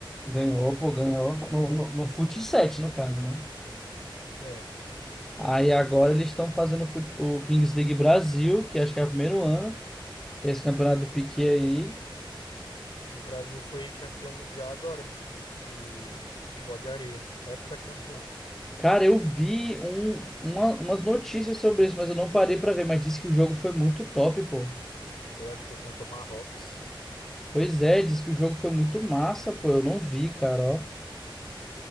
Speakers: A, in the centre; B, on the left.
A: Ganhou, pô, ganhou no, no, no Fut 7, no caso, né?
B: É.
A: Aí agora eles estão fazendo o, fut- o Kings League Brasil, que acho que é o primeiro ano, que é esse campeonato do Piquet aí.
B: O Brasil foi campeão mundial agora de, de futebol de areia. Heptacampeão.
A: Cara, eu vi um, uma- umas notícias sobre isso, mas eu não parei pra ver. Mas disse que o jogo foi muito top, pô.
B: Foi, acho que foi contra o Marrocos.
A: Pois é, disse que o jogo foi muito massa, pô. Eu não vi, cara, ó.